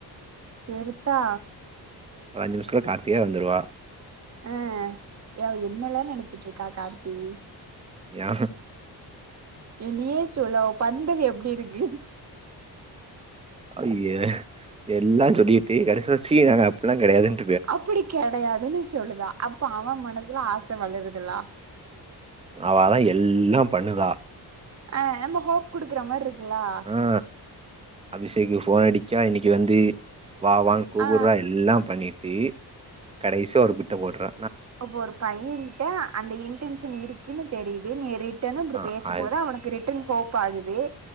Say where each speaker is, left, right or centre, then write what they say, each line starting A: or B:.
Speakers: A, on the right (about 40°); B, on the right (about 15°).
A: செரித்தா
B: ஒரு அஞ்சி நிமிசத்துல கார்த்தியே வந்துருவா
A: ஆ அவ என்னல்ல நெனைச்சிட்டு இருக்கா கார்த்தி
B: யா
A: நீ நீ ஏ சொல்லு அவ பண்றது எப்டி இருக்கு
B: ஐய எல்லா சொல்லிட்டு கடைசில ச்சி நாங்க அப்டில்லா கிடையாதுன்
A: அப்படி கிடையாதுன்னு சொல்லுதா அப்ப அவன் மனசுல ஆச வளருதுலா
B: அவதா எல்லா பண்ணுதா
A: ஆ நம்ம ஹோப் குடுக்குற மார் இருக்குலா
B: ஆ அபிஷேக்கு போன் அடிக்கா இன்னைக்கு வந்து வா வாங் கூபுறா
A: ஆ
B: எல்லா பண்ணிட்டு கடைசியா ஒரு பிட்ட போடுறா
A: அப்ப ஒரு பையன் கிட்ட அந்த இன்டென்ஷன் இருக்குன்னு தெரிது நீ ரிட்டன்னு
B: ஆ
A: பேசும்போது
B: அது
A: அவனுக்கு ரிட்டர்ன் ஹோப் ஆகுது